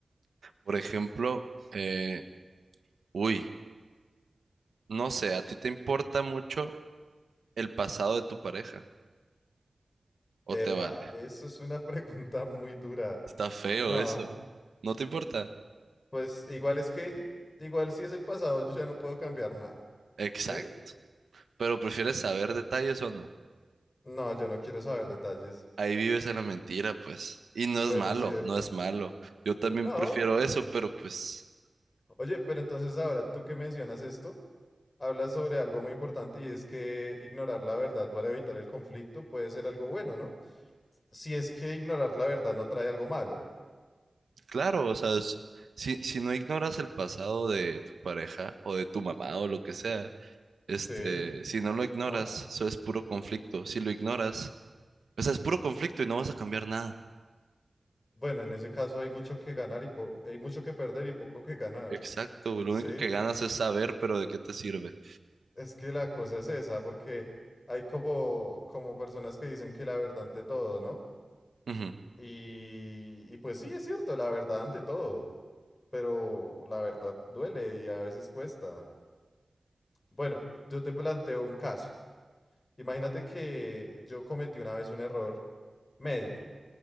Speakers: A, on the right (about 80°); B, on the left (about 50°).
A: Por ejemplo, eh, uy, no sé, ¿a ti te importa mucho el pasado de tu pareja? ¿O
B: Epa,
A: te vale?
B: eso es una <laughs> pregunta muy dura.
A: Está feo
B: No,
A: eso. ¿no? ¿No te importa?
B: pues igual es que, igual si es el pasado, yo ya no puedo cambiar nada,
A: Exacto.
B: ¿sí?
A: Pero prefieres saber detalles o no.
B: No, yo no quiero saber detalles.
A: Ahí vives en la mentira, pues. Y no
B: Bueno,
A: es malo,
B: es cierto.
A: no es malo. Yo también
B: No,
A: prefiero eso, pero pues,
B: oye, pero entonces ahora tú que mencionas esto, hablas sobre algo muy importante y es que ignorar la verdad para evitar el conflicto puede ser algo bueno, ¿no? Si es que ignorar la verdad no trae algo malo.
A: claro, o sea, es- si, si no ignoras el pasado de tu pareja o de tu mamá o lo que sea, este,
B: Sí,
A: si no lo ignoras,
B: ¿no?
A: eso es puro conflicto. Si lo ignoras, O sea, es puro conflicto y no vas a cambiar nada.
B: Bueno, en ese caso hay mucho que ganar y po- hay mucho que perder y poco que ganar.
A: Exacto, lo
B: Sí,
A: único que ganas es saber, pero ¿de qué te sirve?
B: es que la cosa es esa, porque hay como, como personas que dicen que la verdad ante todo, ¿no?
A: Ujú,
B: Y, y pues sí, es cierto, la verdad ante todo, pero la verdad duele y a veces cuesta. Bueno, yo te planteo un caso. Imagínate que yo cometí una vez un error médico.